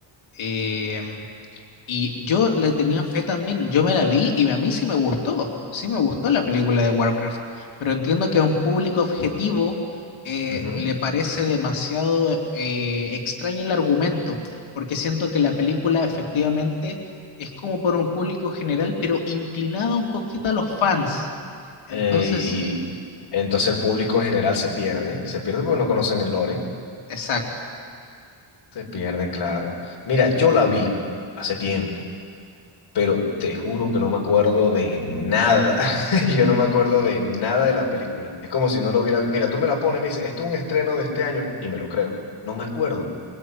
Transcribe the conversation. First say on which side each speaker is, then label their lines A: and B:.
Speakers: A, on the left; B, on the left.
A: Eh, Y yo le tenía fe también, yo me la vi y a mí sí me gustó, sí me gustó la película de Warcraft, pero entiendo que a un público objetivo eh,
B: Ujú.
A: le parece demasiado eh, extraño el argumento, porque siento que la película efectivamente es como por un público general, pero inclinada un poquito a los fans. Entonces,
B: Eh, y entonces el público en general se pierde, se pierde porque no conocen el lore,
A: exacto.
B: se pierden, claro. Mira, yo la vi hace tiempo, pero te juro que no me acuerdo de nada. <laughs> Yo no me acuerdo de nada de la película. Es como si no lo hubiera... Mira, tú me la pones y me dices, esto es un estreno de este año y me lo creo. No me acuerdo.